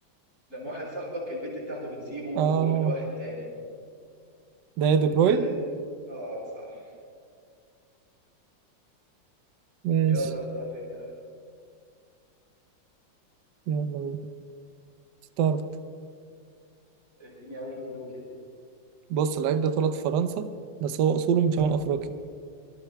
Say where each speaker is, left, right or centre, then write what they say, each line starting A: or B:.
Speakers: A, on the right; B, on the right.
A: لما واحد صاحبك البت بتاعته بتسيبه وتروح
B: اه
A: لواحد تاني
B: ده إيه، دي
A: بت...
B: بروين
A: بت... اه صح
B: ماشي
A: يلا اختار انت
B: يلا بينا اخترت
A: اديني اول كلو كده
B: بص اللعيب ده اتولد في فرنسا بس هو أصوله من شمال أفريقيا